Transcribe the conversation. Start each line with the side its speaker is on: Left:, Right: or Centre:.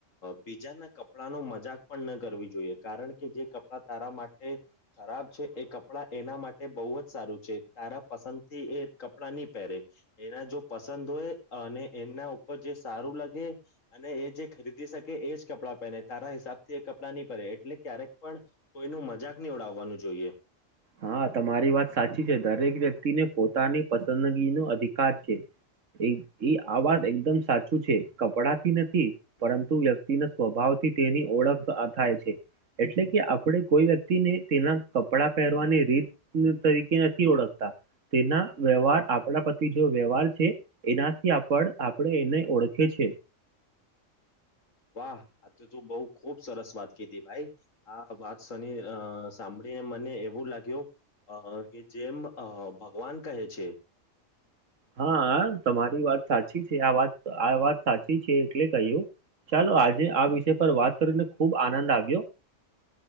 Left: બીજાના કપડાનો મજાક પણ ન કરવી જોઈએ, કારણ કે જે કપડાં. આપરા માટે ખરાબ છે, એ કપડાં એના માટે બહુ જ સારું છે. તારા પસંદ થી એ કપડાં નહીં પહેરે. એના જો પસંદ હોય. અને એના ઉપર જે સારું લાગે અને એ જે ખરીદી શકે, એજ કપડાં પહેરે. તારા હિસાબ થી એ કપડાં નહીં પહેરે, એટલે ક્યારેક પણ કોઈનુ મજાક નહી ઉડાવવાનું જોઈએ.
Right: હા, તમારી વાત સાચી છે. દરેક વ્યક્તિને પોતાની પસંદગીનો અધિકાર છે. એ આ વાત એકદમ સાચું છે. કપડાથી નથી, પરંતુ વ્યક્તિ ના સ્વભાવથી તેની ઓળખ થાય છે એટલે કે આપણે કોઈ વ્યક્તિને તેના કપડા પહેરવાની રીત તરીકે નથી ઓળખતા તેના વ્યવહાર આપણા પ્રતી જેવો વ્યવહાર છે એનાથી આપ આપણે એને ઓળખે છે
Left: વાહ આ તો તું બઉ ખુબ સરસ વાત કીધી ભાઈ આ વાત <unintelligible> સાંભળીને મને એવું લાગ્યું અ કે જેમ અ ભગવાન કહે છે
Right: હા તમારી વાત સાચી છે આ વાત આ વાત સાચી છે એટલે કહ્યું ચાલો આજે આ વિષય પર વાત કરીને ખુબ આનંદ આવ્યો